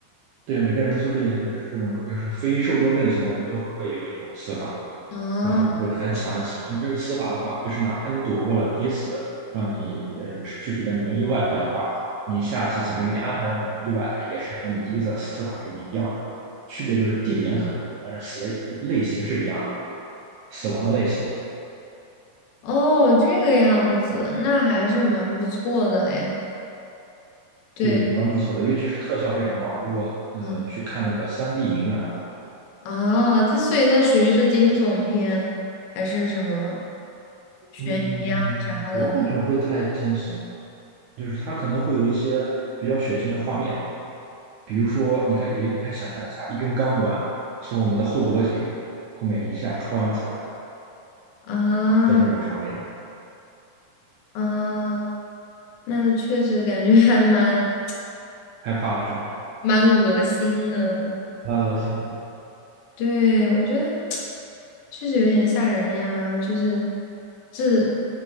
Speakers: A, on the right; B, on the left.
A: 对每个人素质就是这种，就是非寿终正寝的人都会有一种死法，
B: 啊，
A: 就是会很惨的死法。你这个死法的话，就是哪怕你躲过了第一次让你呃去世的那种意外的话，你下次死神给你安排的那种意外，它也是和你第一次死法是一样的，区别就是地点可能不同，但是死的类型是一样的，死亡的类型。
B: 哦，这个样子，那还是蛮不错的诶。对。
A: 对，蛮不错的，尤其是特效非常棒。如果呃去看那个三
B: 啊。
A: d 影院的话，
B: 啊，它所以它属于是惊悚片还是什么悬疑啊啥的
A: 嗯，我感觉不太惊悚，就是它可能会有一些比较血腥的画面，比如说，你可以你可以想象一下，一根钢管从我们的后脖颈后面一下穿出来
B: 啊
A: 的那种场面，
B: 啊，那确实感觉还蛮
A: 害怕了是吗？
B: 蛮恶心的。
A: 蛮恶心的。
B: 对，我觉得确实有点吓人呀，就是这